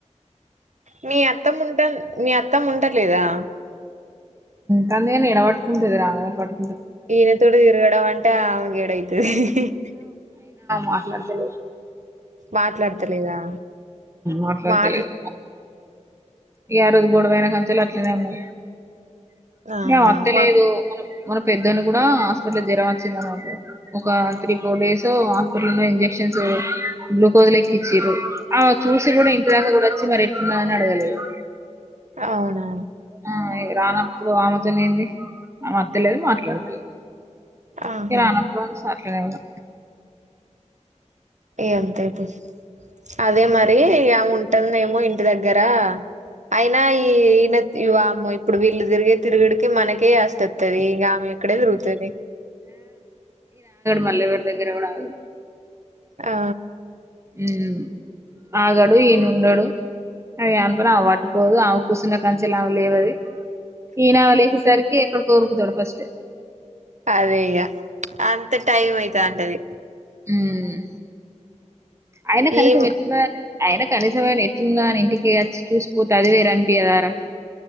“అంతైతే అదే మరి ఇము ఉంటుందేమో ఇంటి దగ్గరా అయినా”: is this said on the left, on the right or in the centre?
Right